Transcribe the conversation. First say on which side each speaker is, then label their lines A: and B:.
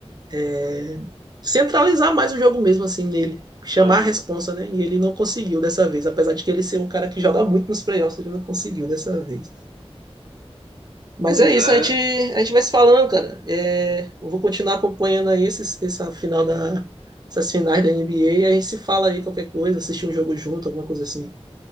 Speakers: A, on the right; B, on the right.
A: é, centralizar mais o jogo mesmo assim nele, chamar
B: <laughs> Aham.
A: a responsa, né? E ele não conseguiu dessa vez, apesar de que ele ser um cara que joga muito nos playoffs, ele não conseguiu dessa vez. Mas
B: Pois
A: é isso,
B: é,
A: a gente, a gente vai se falando, cara. É, eu vou continuar acompanhando aí esses, essa final da, essas finais da NBA e a gente se fala aí qualquer coisa, assistir um jogo junto, alguma coisa assim.